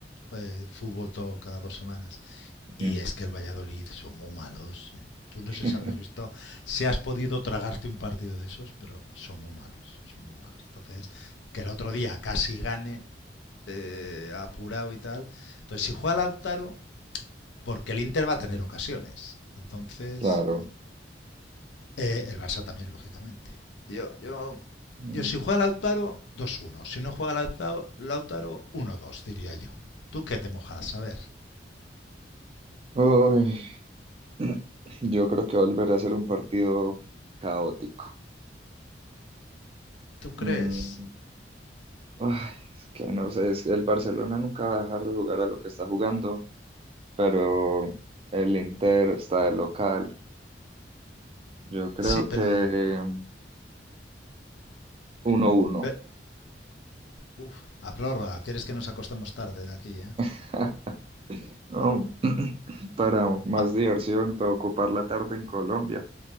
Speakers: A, on the left (about 75°); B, on the right (about 30°).
A: eh, fútbol todo cada dos semanas. Y
B: mm,
A: es que el Valladolid son muy malos. eh. Tú no
B: <laughs>
A: sé si habrás visto, si has podido tragarte un partido de esos, pero son muy malos, son muy malos. Entonces, que el otro día casi gane, eh, apurado y tal. Entonces, si juega Lautaro, porque el Inter va a tener ocasiones. Entonces,
B: Claro.
A: Eh, el Barça también, lógicamente. Yo, yo,
B: Mm.
A: Yo, si juega Lautaro, dos uno Si no juega Lautaro, Lautaro 1-2, diría yo. ¿Tú qué te mojas? A ver,
B: Uy, <clears throat> Yo creo que volverá a ser un partido caótico.
A: ¿tú crees?
B: Mm, ay, es que no sé, es que el Barcelona nunca va a dejar de jugar a lo que está jugando, pero el Inter está de local. Yo creo
A: Sí, pero...
B: que mm, uno uno.
A: pe- Uf, a prórroga, ¿quieres que nos acostemos tarde aquí, eh?
B: <laughs> Oh, <clears throat> para más
A: Va,
B: diversión, para ocupar la tarde en Colombia.